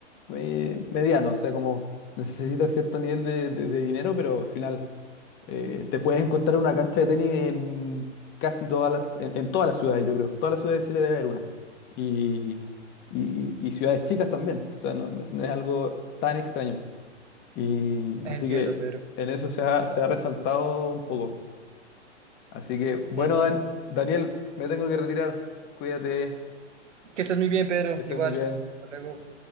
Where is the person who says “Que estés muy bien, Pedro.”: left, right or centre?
Right